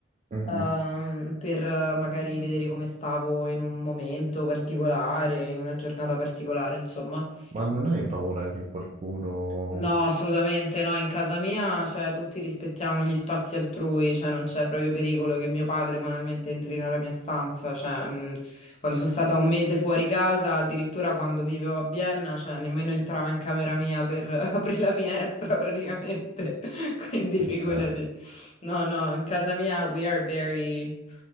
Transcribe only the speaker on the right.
Mhm.
Ma non hai paura che qualcuno...
Ok,